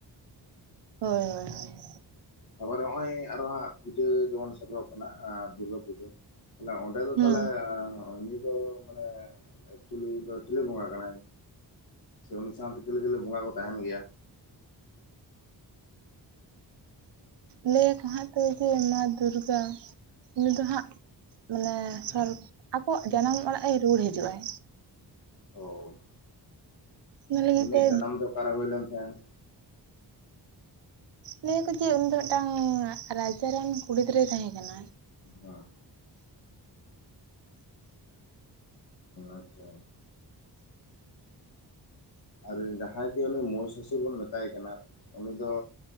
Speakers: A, on the right (about 75°); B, on the left (about 65°).
A: ᱦᱳᱭ ᱦᱳᱭ ᱦᱳᱭ
B: ᱛᱟᱯᱚᱨᱮ ᱱᱚᱜᱼᱚᱭ ᱟᱨᱚ ᱦᱟᱸᱜ ᱯᱩᱡᱟᱹ ᱡᱮᱢᱚᱱ ᱥᱮᱴᱮᱨᱚᱜ ᱠᱟᱱᱟ ᱫᱩᱨᱜᱟᱹ ᱯᱩᱡᱟᱹ ᱟᱞᱮᱼᱼ ᱟᱯᱮ ᱫᱚ
A: ᱦᱩᱸ
B: ᱛᱟᱦᱚᱞᱮ ᱩᱱᱤ ᱫᱚ ᱢᱟᱱᱮ ᱮᱠᱪᱩᱞᱤ ᱫᱚ ᱪᱤᱞᱤ ᱵᱚᱸᱜᱟ ᱠᱟᱱᱟᱭ ᱥᱮ ᱩᱱᱤ ᱥᱟᱶ ᱛᱮ ᱪᱤᱞᱤ ᱪᱤᱞᱤ ᱵᱚᱸᱜᱟ ᱠᱚ ᱛᱟᱦᱮᱱ ᱜᱮᱭᱟ
A: ᱞᱟᱹᱭᱟ ᱠᱚ ᱦᱟᱸᱜ ᱛᱚ ᱡᱮ ᱢᱟ ᱫᱩᱨᱜᱟ ᱩᱱᱤ ᱫᱚ ᱦᱟᱸᱜ ᱢᱟᱱᱮ ᱥᱚᱨ ᱟᱠᱚᱣᱟᱜ ᱡᱟᱱᱟᱢ ᱚᱲᱟᱜ ᱮ ᱨᱩᱣᱟᱹᱲ ᱦᱤᱡᱩᱜᱼᱟᱭ
B: ᱚ
A: ᱚᱱᱟ ᱞᱟᱹᱜᱤᱫ
B: ᱩᱱᱤᱭᱟᱜ
A: ᱛᱮ
B: ᱡᱟᱱᱟᱢ ᱫᱚ ᱚᱠᱟᱨᱮ ᱦᱩᱭ ᱞᱮᱱ ᱛᱟᱦᱮᱱ
A: ᱞᱟᱹᱭᱟᱠᱚ ᱡᱮ ᱩᱱᱤ ᱫᱚ ᱢᱤᱫᱴᱟᱹᱝ ᱨᱟᱡᱟᱨ ᱨᱮᱱ ᱠᱩᱲᱤ ᱜᱤᱫᱽᱨᱟᱹᱭ ᱛᱟᱦᱮᱸ ᱠᱟᱱᱟ
B: ᱦᱮᱸ ᱟᱪᱷᱟ ᱟᱨ ᱡᱟᱦᱟᱸᱭ ᱡᱮ ᱩᱱᱤ ᱢᱩᱦᱤ ᱥᱩᱥᱩᱨ ᱵᱚᱱ ᱢᱮᱛᱟᱭ ᱠᱟᱱᱟ ᱩᱱᱤ ᱫᱚ